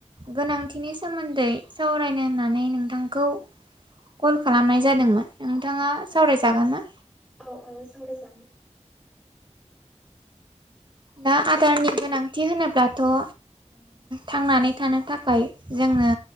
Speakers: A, on the right; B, in the centre.
A: गोनांथिनि सोमोन्दै सावरायनो होननानै नोंथां नोंथांखौ कल खालामनाय जादोंमोन
B: औ
A: नोंथाङा सावरायजागोन ना?
B: औ औ सावराय जागोन
A: दा आदारनि गोनांथि होनोब्लाथ' ओ थांनानै थानो थाखाय जोंनो